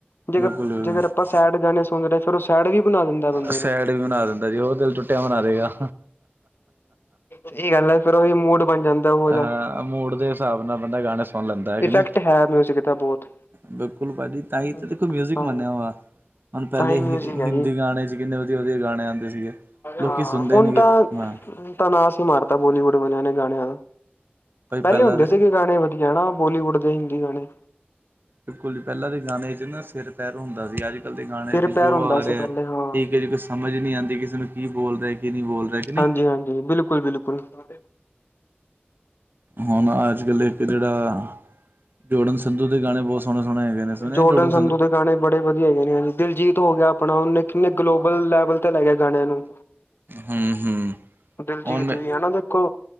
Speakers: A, on the left; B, on the right.
A: ਜਿਵੇਂ
B: ਬਿਲਕੁਲ ਬਿਲਕੁਲ,
A: ਜੇਕਰ ਆਪਾਂ ਸੈਡ ਗਾਣੇ ਸੁਣ ਰਹੇ। ਥੋੜ੍ਹਾ ਸੈਡ ਵੀ ਬਣਾ ਦਿੰਦਾ ਬੰਦੇ
B: ਸੈਡ
A: ਨੂੰ
B: ਵੀ ਬਣਾ ਦਿੰਦਾ ਜੀ ਹੋਰ ਦਿਲ ਟੁੱਟਿਆ ਬਣਾ ਦੇਗਾ
A: ਹਾਂ। ਇਹ ਗੱਲ ਹੈ ਫੇਰ ਉਹੀ ਮੂਡ ਬਣ ਜਾਂਦਾ ਉਹੋ ਜਿਹਾ।
B: ਹਾਂ ਮੂਡ ਦੇ ਹਿਸਾਬ ਨਾਲ ਬੰਦਾ ਗਾਣੇ ਸੁਣ ਲੈਂਦਾ ਹੈ ਕਿ
A: ਇਫੈਕਟ
B: ਨੀ।
A: ਹੈ ਮਿਊਜ਼ਿਕ ਦਾ ਬਹੁਤ।
B: ਬਿਲਕੁਲ ਭਾਜੀ, ਤਾਂ ਹੀ ਤਾਂ
A: ਹਾਂ
B: ਦੇਖੋ ਮਿਊਜ਼ਿਕ ਮੰਨਿਆ ਵਾ। ਹੁਣ ਪਹਿਲੇ
A: ਤਾਂ ਹੀ ਮਿਊਜ਼ਿਕ ਹੈ
B: ਹਿੰਦੀ
A: ਜੀ
B: ਗਾਣੇ ਸਿਗੇ ਕਿੰਨੇ ਵਧੀਆ ਵਧੀਆ ਗਾਣੇ ਆਉਂਦੇ ਸੀਗੇ ਲੋਕੀ
A: ਹਾਂ
B: ਸੁਣਦੇ
A: ਹੁਣ
B: ਨਹੀਂ
A: ਤਾਂ
B: ਗੇ ਹਾਂ।
A: ਤਾਂ ਨਾਸ਼ ਹੀ ਮਾਰਤਾ ਬੋਲੀਵੁੱਡ ਵਾਲਿਆਂ ਨੇ ਗਾਣਿਆਂ ਦਾ।
B: ਭਾਈ
A: ਪਹਿਲੇ
B: ਪਹਿਲਾਂ
A: ਹੁੰਦੇ
B: ਦੇ
A: ਸੀਗੇ ਗਾਣੇ ਵਧੀਆ ਨਾ ਬੋਲੀਵੁੱਡ ਦੇ ਹਿੰਦੀ ਗਾਣੇ।
B: ਬਿਲਕੁਲ ਜੀ ਪਹਿਲਾਂ ਦੇ ਗਾਣੇ ਚ ਨਾ ਸਿਰ ਪੈਰ ਹੁੰਦਾ ਸੀ। ਅੱਜ ਕੱਲ੍ਹ ਦੇ ਗਾਣੇ
A: ਸਿਰ
B: ਚ
A: ਪੈਰ
B: ਜੋ
A: ਹੁੰਦਾ
B: ਆ ਰਿਹਾ।
A: ਸੀ ਪਹਿਲੇ ਹਾਂ
B: ਠੀਕ ਹੈ ਜੀ, ਕੋਈ ਸਮਝ ਨਹੀਂ ਆਂਦੀ ਕਿਸੇ ਨੂੰ ਕੀ ਬੋਲ ਰਿਹਾ ਕੀ ਨਹੀਂ ਬੋਲ ਰਿਹਾ ਕਿ।
A: ਹਾਂਜੀ,
B: ਨਹੀਂ
A: ਹਾਂਜੀ ਬਿਲਕੁਲ। ਬਿਲਕੁਲ, ਬਿਲਕੁਲ।
B: ਹੁਣ ਅੱਜ ਕੱਲ੍ਹ ਇੱਕ ਜਿਹੜਾ ਜੋਰਡਨ ਸੰਧੂ ਦੇ ਗਾਣੇ ਬਹੁਤ ਸੋਹਣੇ ਸੋਹਣੇ ਹੈਗੇ ਨੇ। ਸੁਣੇ
A: ਜੋਰਡਨ
B: ਜੋੜਨ
A: ਸੰਧੂ ਦੇ ਗਾਣੇ ਬੜੇ ਵਧੀਆ ਹੈਗੇ ਨੇ ਹਾਂਜੀ ਦਿਲਜੀਤ ਹੋ ਗਿਆ ਆਪਣਾ ਉਹਨੇ ਕਿੰਨੇ ਗਲੋਬਲ ਲੈਬ। ਬੁਲ ਤੇ ਲੈ ਗਿਆ ਗਾਣਿਆਂ ਨੂੰ
B: ਹਮ ਹਮ
A: ਦਿਲਜੀਤ
B: ਹੁਣ ਮੈਂ
A: ਵੀ ਹਨ ਨਾ ਦੇਖੋ।